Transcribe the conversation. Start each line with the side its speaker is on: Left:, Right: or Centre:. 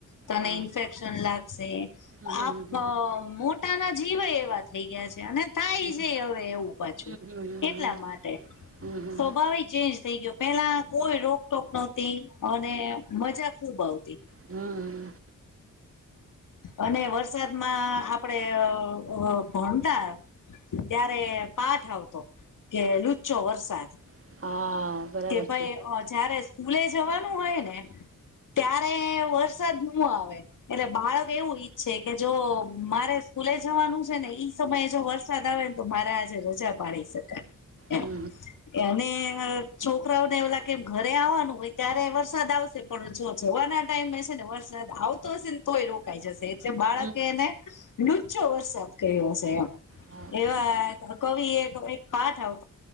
Left: તને
Right: હા
Left: ઇન્ફેક્શન લાગશે,
Right: હમ હમ
Left: આ
Right: હમ
Left: મો પોતાના જીવેય એવા થઈ ગયા છે, અને થાય
Right: હમ હમ હમ
Left: છે, હવે એવું પાછું
Right: હમ હમ હમ હમ
Left: એટલા માટે
Right: હમ હમ.
Left: સ્વભાવિક ચેન્જ થઈ ગયો, પેલા કોઈ રોકટોક ન હતી, અને મજા ખુબ આવતી.
Right: હમ.
Left: અને વરસાદમાં આપડે અ ભણતા. ત્યારે પાઠ આવ. તો કે લુચ્ચો વરસાદ
Right: હા બરાબર
Left: કે ભાઈ
Right: છે
Left: અ જ્યારે સ્કૂલે જવાનું હોયને ત્યારે વરસાદ ન આવે. એટલે બાળક એવું ઈચ્છે કે જો મારે સ્કૂલે જવાનું છે ને ઈ સમયે જો વરસાદ આવે ને તો મારે આજે રજા પાડી શકાય
Right: હમ
Left: એમ એને છોકરાઓને એવુ લાગે કે ઘરે આવવાનું હોય ત્યારે વરસાદ આવશે પણ જો જવાના ટાઈમ છે ને વરસાદ આવ તો જ તોય રોકાઈ જશે એટલે બાળકે
Right: હમ
Left: એને લુચ્ચો વરસાદ કહયો શે એમ.
Right: હા.
Left: જેવા કવિ એક એક પાઠ આવ